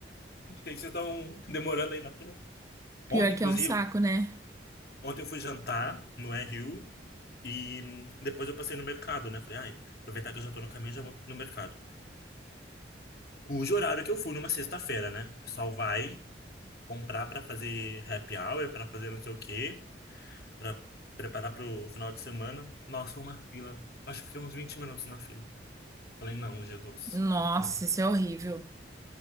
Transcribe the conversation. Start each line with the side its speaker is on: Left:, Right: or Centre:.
Left: Por que que vocês estão demorando aí na fila.
Right: Pior
Left: Ontem,
Right: que
Left: inclusive,
Right: é um saco, né?
Left: ontem eu fui jantar no Rio e hum, depois eu passei no mercado, né? Falei, ai, aproveitar que eu já tô no caminho, já vou no mercado. cujo horário que eu fui numa sexta-feira, né? O pessoal vai comprar para fazer happy hour, para fazer não sei o quê, para preparar para o final de semana. Nossa, uma fila. Acho que fiquei uns 20 minutos na fila. Falei, não, Jesus,
Right: Nossa,
Left: não.
Right: isso é horrível.